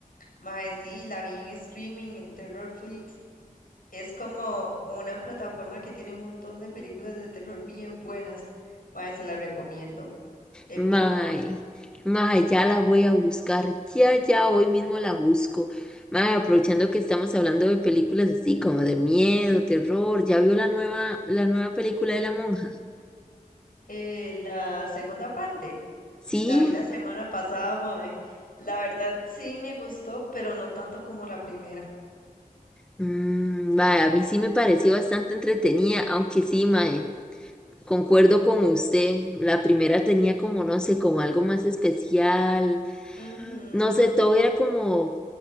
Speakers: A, on the left (about 70°); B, in the centre.
A: Mae, sí, la vi en streaming en Terrorflix. Es como una plataforma que tiene un montón de películas de terror bien buenas. Mae, se la recomiendo. Épico.
B: Mae, mae, ya la voy a buscar, ya, ya, hoy mismo la busco. Mae, aprovechando que estamos hablando de películas así como de miedo, terror, ¿ya vio la nueva, la nueva película de la monja?
A: Eh, la segunda parte,
B: Sí,
A: la vi la semana pasada, mae. La verdad sí me gustó, pero no tanto como la primera.
B: mm, mae, a mí sí me pareció bastante entretenida, aunque sí, mae, concuerdo con usted, la primera tenía como, no sé, como algo más especial,
A: Ujú.
B: no sé, todo era como...